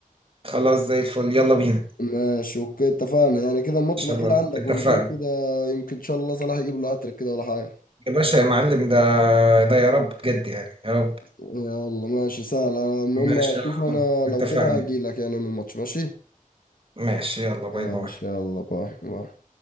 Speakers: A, on the right; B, on the left.
A: خلاص زي الفل يلا بينا ان
B: ماشي اوكي اتفقنا يعني كده الماتش
A: شاء
B: الاخير
A: الله
B: عندك
A: اتفقنا
B: ونشوف كده يمكن ان شاء الله صلاح يجيب له هاتريك كده ولا حاجه
A: يا باشا يا معلم ده ده يا رب بجد يعني يا رب
B: يلا ماشي سهل المهم
A: ماشي
B: اشوف
A: يا
B: انا
A: عم،
B: لو
A: اتفقنا
B: كده هجيلك يعني من الماتش ماشي
A: ماشي يلا باي
B: ماشي
A: باي
B: يلا باي باي